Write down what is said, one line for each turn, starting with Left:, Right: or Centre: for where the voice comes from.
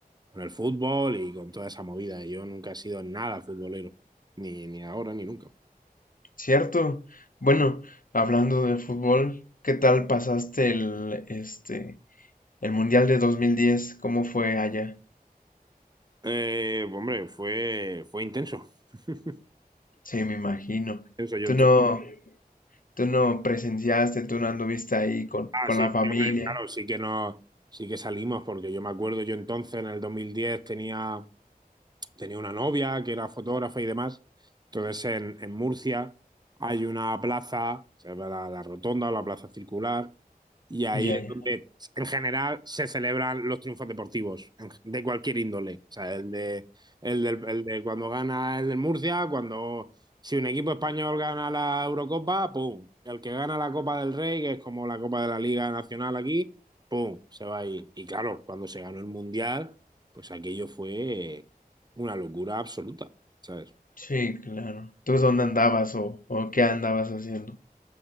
Right: con el fútbol y con toda esa movida. Yo nunca he sido nada futbolero, ni, ni ahora ni nunca.
Left: Cierto. Bueno, hablando de fútbol, ¿qué tal pasaste el, este, el Mundial de 2010? ¿Cómo fue allá?
Right: Eh, hombre, fue, fue intenso. <laughs>
Left: Sí, me imagino.
Right: Intenso. Yo
Left: Tú
Right: entonces,
Left: no, tú no presenciaste, tú no anduviste ahí con,
Right: ah,
Left: con
Right: sí,
Left: la familia.
Right: sí, hombre, claro, sí que no, sí que salimos, porque yo me acuerdo, yo entonces en el 2010 tenía, tenía una novia que era fotógrafa y demás. Entonces en, en Murcia hay una plaza, se llama la, la rotonda o la plaza circular, Y ahí
Left: Ya,
Right: es
Left: ya.
Right: donde, en general, se celebran los triunfos deportivos, en- de cualquier índole. O sea, el de, el del- el de cuando gana el del Murcia, cuando si un equipo español gana la Eurocopa, ¡pum! El que gana la Copa del Rey, que es como la Copa de la Liga Nacional aquí, ¡pum! Se va ahí. Y claro, cuando se ganó el Mundial, pues aquello fue una locura absoluta, ¿sabes?
Left: Sí, claro. ¿Tú dónde andabas o, o qué andabas haciendo?